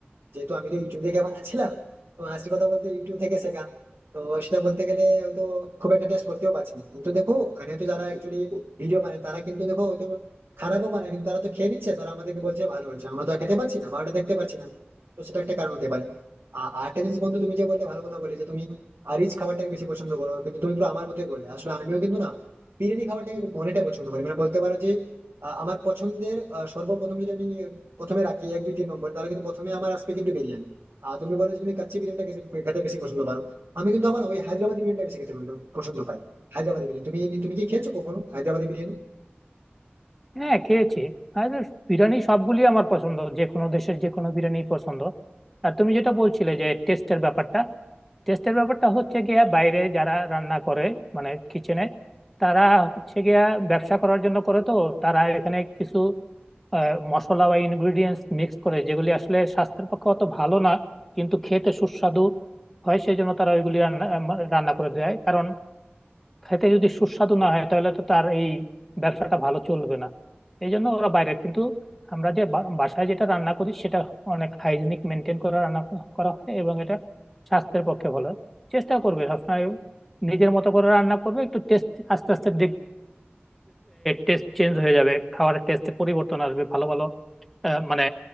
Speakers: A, on the right (about 70°); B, in the centre.
A: যেহেতু আমি তো ইউটিউব থেকে বানাচ্ছিলাম তো আসল কথা বলতে ইউটিউব থেকে শেখা তো সেটা বলতে গেলে হয়তো খুব একটা টেস্ট করতেও পারছি না কিন্তু দেখো ওখানে তো যারা একচুয়ালি ভিডিও বানায় তারা কিন্তু দেখো হয়তো খারাপও বানায় কিন্তু তারা তো খেয়ে নিচ্ছে তারা আমাদেরকে বলছে ভালো হয়েছে আমরা তো আর খেতে পারছি না বা ওটা দেখতে পারছি না তো সেটা একটা কারণ হতে পারে আর আরেকটা জিনিস বন্ধু তুমি যে বললে ভালো কথা বলে যে তুমি রিচ খাবারটাকে বেশি পছন্দ করো কিন্তু তুমি পুরো আমার মতোই বললে আসলে আমিও কিন্তু না বিরিয়ানি খাবারটাকে অনেকটা পছন্দ করি মানে বলতে পারো যে আহ, আমার পছন্দের আহ, সর্বপ্রথম যদি আমি প্রথমে রাখি এক দুই তিন নম্বর তাহলে কিন্তু প্রথমে আমার আসবে কিন্তু বিরিয়ানি আর তুমি বলে যে তুমি কাচ্চি বিরিয়ানিটা বেশি- খেতে বেশি পছন্দ পারো আমি কিন্তু আবার ওই হায়দ্রাবাদি বিরিয়ানিটা বেশি খেতে পছন্দ পছন্দ পাই হায়দ্রাবাদি বিরিয়ানি তুমি তুমি কি খেয়েছো কখনো হায়দ্রাবাদি বিরিয়ানি
B: হ্যাঁ খেয়েছি আর বিরিয়ানি সবগুলি আমার পছন্দ যে কোনো দেশের যে কোনো বিরিয়ানি পছন্দ আর তুমি যেটা বলছিলে যে টেস্টের ব্যাপারটা টেস্টের ব্যাপারটা হচ্ছে গিয়া বাইরে যারা রান্না করে মানে কিচেনে তারা হচ্ছে গিয়া ব্যবসা করার জন্য করে তো তারা এখানে কিছু আহ, মশলা বা ইনগ্রিডিয়েন্টস মিক্স করে যেগুলি আসলে স্বাস্থ্যের পক্ষে অত ভালো না কিন্তু খেতে সুস্বাদু হয় সেই জন্য তারা ওইগুলি রান্না আহ, মা- রান্না করে দেয় কারণ খেতে যদি সুস্বাদু না হয় তাহলে তো তার এই ব্যবসাটা ভালো চলবে না এই জন্য ওরা বাইরে কিন্তু আমরা যে বা- বাসায় যেটা রান্না করি সেটা অনেক হাইজিনিক মেনটেন করে রান্না ক- করা হয় এবং এটা স্বাস্থ্যের পক্ষে ভালো চেষ্টা করবে সবসময় নিজের মতো করে রান্না করবে একটু টেস্ট আস্তে আস্তে দেখবে টেস্ট চেঞ্জ হয়ে যাবে খাবারের টেস্টে পরিবর্তন আসবে ভালো ভালো আহ, মানে